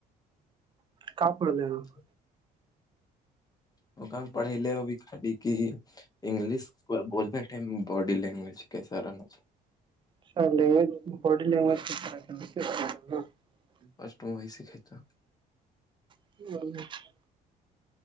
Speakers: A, on the left; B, on the right.
A: <unintelligible>
B: کا پڑھ رہے ہیں آپ
A: وہ کیا ہم پڑھی لے ہوبھی خالی کی انگلش بولتے ٹائم باڈی لینگویج <unintelligible>
B: <unintelligible>
A: تو وہی سیکھے گا <unintelligible>
B: <inaudible>